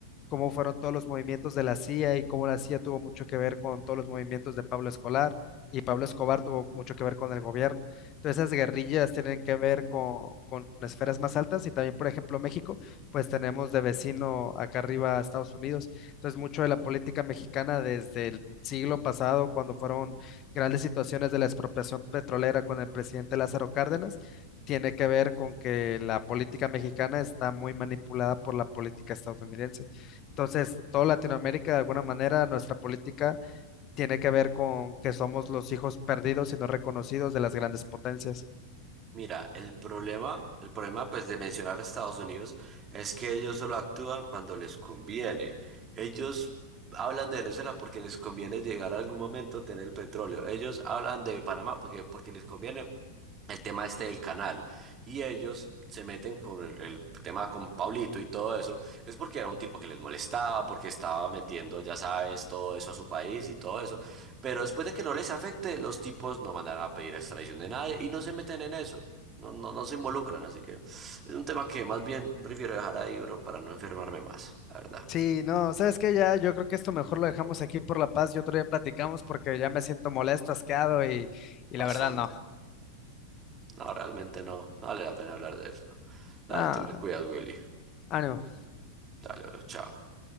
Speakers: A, on the left; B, on the right.
A: cómo fueron todos los movimientos de la CIA y cómo la CIA tuvo mucho que ver con todos los movimientos de Pablo Escolar y Pablo Escobar tuvo mucho que ver con el gobierno. Entonces esas guerrillas tienen que ver con, con esferas más altas y también, por ejemplo, México, pues tenemos de vecino acá arriba a Estados Unidos. Entonces mucho de la política mexicana desde el siglo pasado, cuando fueron grandes situaciones de la expropiación petrolera con el presidente Lázaro Cárdenas, tiene que ver con que la política mexicana está muy manipulada por la política estadounidense. Entonces, toda Latinoamérica, de alguna manera, nuestra política tiene que ver con que somos los hijos perdidos y no reconocidos de las grandes potencias.
B: Mira, el problema, el problema pues de mencionar a Estados Unidos es que ellos solo actúan cuando les conviene. Ellos hablan de Venezuela porque les conviene llegar a algún momento a tener el petróleo. Ellos hablan de Panamá porque, porque les conviene el tema este del canal. Y ellos se meten con el, el tema con Pablito y todo eso. Es porque era un tipo que les molestaba, porque estaba metiendo, ya sabes, todo eso a su país y todo eso. Pero después de que no les afecte, los tipos no mandan a pedir extradición de nadie y no se meten en eso. No, no, no se involucran, así que es un tema que más bien prefiero dejar ahí, bro, para no enfermarme más, la verdad.
A: Sí, no, sabes que ya yo creo que esto mejor lo dejamos aquí por la paz y otro día platicamos porque ya me siento molesto, asqueado y, y
B: Bastante.
A: la verdad no.
B: No, realmente no, no vale la pena hablar de eso, bro. Dale,
A: Ah,
B: te me cuidas, Willy.
A: ánimo.
B: Dale, bro, chao.